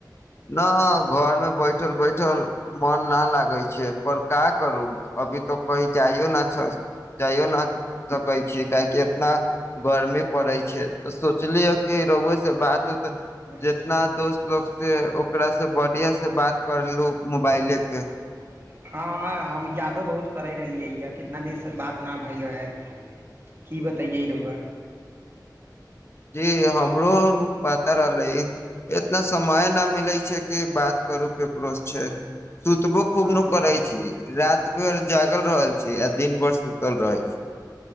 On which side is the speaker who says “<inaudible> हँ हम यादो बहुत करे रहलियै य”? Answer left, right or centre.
Right